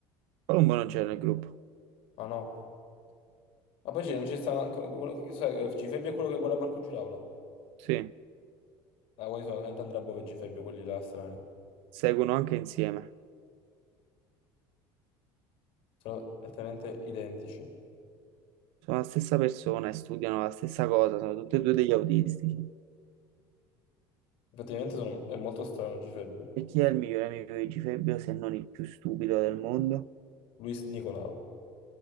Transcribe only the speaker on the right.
Colombo non c'è nel gruppo,
sì,
seguono anche insieme,
sono la stessa persona e studiano la stessa cosa, sono tutti e due degli autistici.
E chi è il migliore amico di Gifebbio se non il più stupido del mondo?